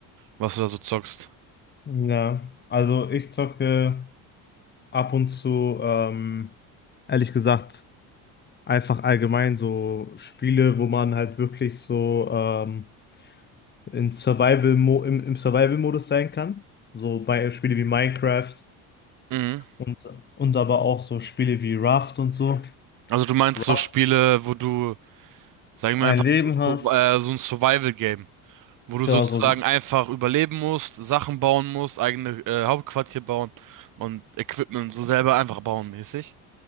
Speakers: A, on the right (about 60°); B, on the left (about 30°).
A: was du da so zockst.
B: ja, also ich zocke ab und zu, ähm, ehrlich gesagt, einfach allgemein so Spiele, wo man halt wirklich so ähm, in Survival -Mo im, im Survival-Modus sein kann. So bei Spiele wie Minecraft
A: Mhm.
B: und, und aber auch so Spiele wie Raft und so.
A: Also du meinst
B: Rust,
A: so Spiele, wo du, sagen
B: ein
A: wir einfach
B: Leben
A: so, so,
B: hast.
A: äh, so ein Survival-Game, wo du
B: Genau,
A: sozusagen
B: so, so
A: einfach überleben musst, Sachen bauen musst, eigene äh, Hauptquartier bauen und Equipment so selber einfach bauen mäßig.